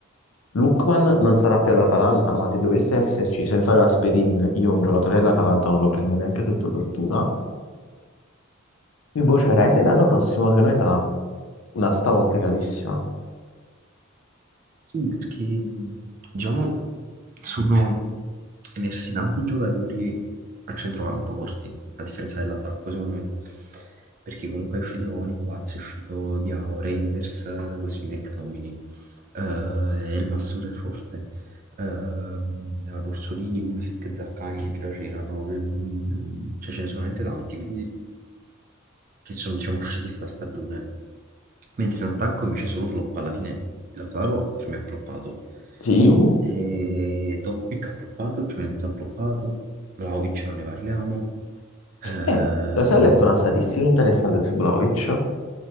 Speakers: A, on the left; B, on the right.
A: Lukman non sarà più all'Atalanta, ma se dovesse esserci senza Gasperini, io un giocatore dell'Atalanta non lo prendo neanche sotto tortura. Quindi, boh, cioè, veramente l'anno prossimo, se noi sarà una sta complicatissima.
B: Sì, perché, diciamo, sono persi tanti giocatori a centrocampo forti, a differenza dell'attacco, secondo me. Perché comunque è uscito Nico Paz, è uscito Diao, Reinders, eh, così McTominay, eh, Elmasur è forte, ehm, Orsolini, Pulisic, Zaccagni che già c'erano, ehm, cioè ce ne sono veramente tanti, quindi che sono diciamo usciti sta stagione. Mentre in attacco invece solo flop, alla fine Lautaro per me ha floppato.
A: Sì, uh.
B: E Dovbik ha floppato, Gimenez ha floppato, Vlahovic non ne parliamo. Eh,
A: Eh, lo sai, ho letto una statistica interessante su Vlahovic,